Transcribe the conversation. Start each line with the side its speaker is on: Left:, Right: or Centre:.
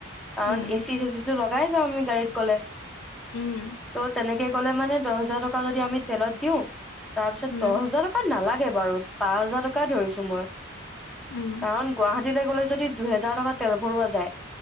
Centre: কাৰণ
Left: উম
Centre: এচি চেচিটো লগাই যাওঁ আমি গাড়ীত গ'লে
Left: উম
Centre: ত' তেনেক তে গ'লে মানে দহ হাজাৰ টকা যদি আমি তেলত দিওঁ তাৰ পিছত
Left: উম
Centre: দহ হাজাৰ টকা নালাগে নালাগে বাৰু পাঁচ হাজাৰ টকাই ধৰিছো মই
Left: উম,
Centre: কাৰণ গুৱাহাটী দিলে গ'লে যদি দুহেজাৰ টকা তেল ভৰোৱা যায়